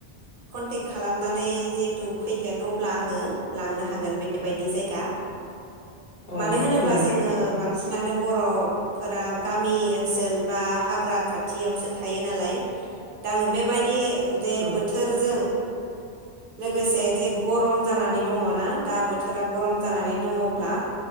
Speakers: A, on the right; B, on the left.
A: कनटेक्ट खालामनानै जिहेथु फैगोन अब्ला आङो लांनो हागोन बेबायदि जायगा।
B: अ
A: मानो होनोब्ला
B: दे
A: जोङो बांसिन नानो बर'फोरा गामि ओनसोल बा हाग्रा खाथियावसो थायो नालाय दा आङो बेबायदि जे
B: औ
A: बोथोरजों लोगोसे जे गरम जानानै दङ ना दा बोथोरा गरम जानानै दङब्ला।